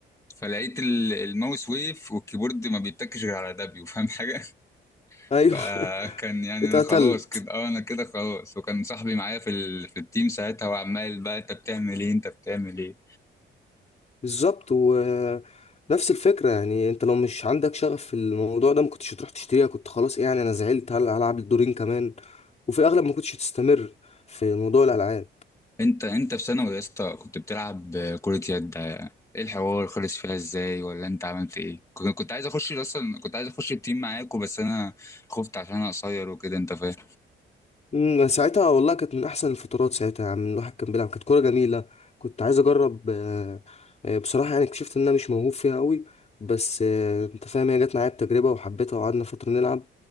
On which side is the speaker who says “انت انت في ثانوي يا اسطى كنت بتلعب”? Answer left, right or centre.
Left